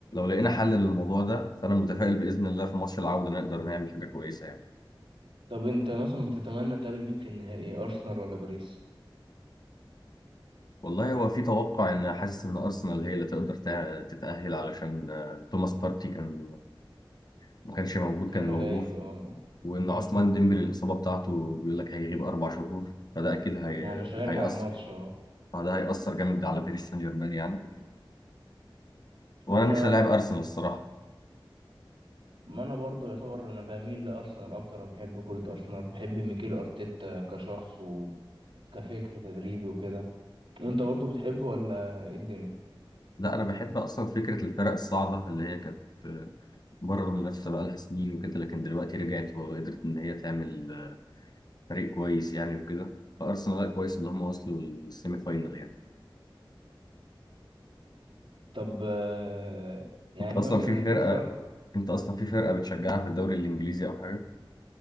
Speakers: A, on the left (about 50°); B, on the right (about 75°).
A: لقينا حل للموضوع ده فانا متفائل باذن الله في ماتش العوده نقدر نعمل حاجه كويسه يعني
B: طب انت مثلا بتتمنى تقابل مين في النهائي ارسنال ولا باريس
A: والله هو في توقع ان حاسس ان ارسنال هي اللي تقدر تع- تتاهل علشان آه، توماس بارتي كان ما كانش موجود كان
B: كان
A: موقوف
B: غايب اه ما
A: وان
B: مم.
A: عثمان ديمبلي الاصابه بتاعته بيقول لك هيغيب اربع شهور فده اكيد هي...
B: ما هو مش هيلحق
A: هيأثر
B: الماتش اه
A: فده هيأثر جامد على باريس سان جيرمان يعني وانا
B: ما انا
A: نفسي العب ارسنال الصراحه
B: ما انا برضو يعتبر انا بميل لارسنال اكتر أنا بحب كرة ارسنال بحب ميكيل ارتيتا كشخص وكفكر تدريبي وكده وانت برضو بتحبه ولا ايه الدنيا
A: لا انا بحب اصلا فكره الفرق الصاعده اللي هي كانت بره المنافسه بقى لها سنين وكده لكن دلوقتي رجعت وقدرت ان هي تعمل فريق كويس يعني وكده فارسنال لا كويس ان هم وصلوا للسيمي فاينال يعني
B: طب آه، يعني
A: انت
B: انت
A: اصلا
B: مثلا
A: في
B: اكيد
A: فرقه
B: اتفرجت
A: انت اصلا في فرقه بتشجعها في الدوري الانجليزي او حاجه